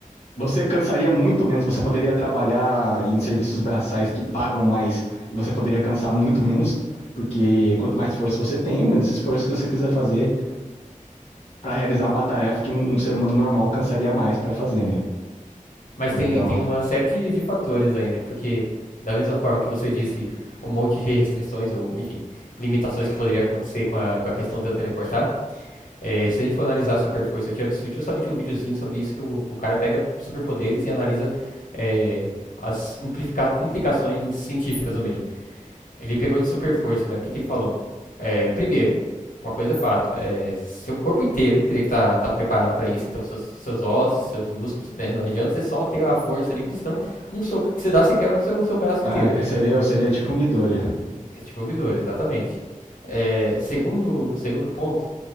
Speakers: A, on the left; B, on the left.
A: Você cansaria muito menos, você poderia trabalhar em serviços braçais que pagam mais e você poderia cansar muito menos, porque quanto mais força você tem, menos esforço você precisa fazer para realizar uma tarefa que um, um ser humano normal cansaria mais para fazer, né?
B: Mas tem,
A: Então,
B: tem uma série de, de fatores aí, né? Porque, da mesma forma que você disse um monte de restrições, ou enfim, limitações que poderia acontecer com a, com a questão de eu teleportar, É, se a gente for analisar Super Força, eu tinha visto justamente um videozinho sobre isso, que o, o cara pega superpoderes e analisa é, as implica- implicações científicas no meio. Ele pegou de Super Força, né? O que que ele falou? É, primeiro, uma coisa é fato, é, seu corpo inteiro teria que estar preparado para isso, então seus, seus ossos, seus músculos, né? Não adianta você só ter a força ali, porque senão um soco que você dá, você quebra o seu, seu braço
A: ah,
B: inteiro,
A: eu seria,
B: né?
A: eu seria tipo um Midoriya.
B: É tipo o Midori, exatamente. É, segundo, segundo ponto,